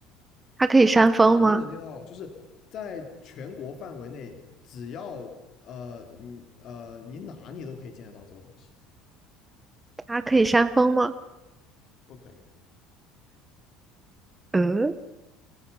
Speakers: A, on the right; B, on the left.
A: 它可以扇风吗？
B: 你在哪都能见得到，就是在全国范围内，只要呃你呃你哪你都可以见得到这个东西。
A: 它可以扇风吗？
B: 不可以，
A: 嗯，